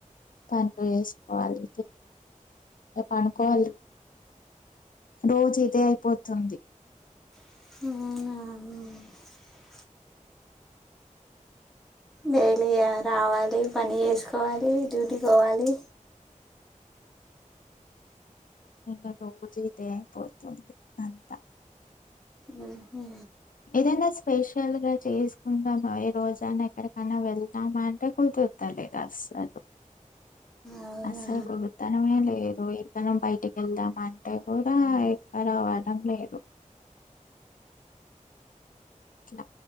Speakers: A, on the left; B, in the centre.
A: పనులు చేసుకోవాలి ఇగ పనుకోవాలి రోజు ఇదే అయిపోతుంది
B: అవున డైలీ రావాలి పని చేసుకోవాలి డ్యూటీ కి పోవాలి
A: ఇక <unintelligible> దే పోతుంది అంతా
B: ఆహ
A: ఏదైనా స్పెషల్ గా చేసుకుందామా ఏ రోజనా ఎక్కడికైనా వెళ్దామా అంటే కుదురుతలేదు అస్సలు
B: అవునా
A: అసలు కుదురుతనో లేదో మనం బయటికి వెళ్దామ అంటే కూడా ఎక్కువ రావడం లేదు ఇట్లా.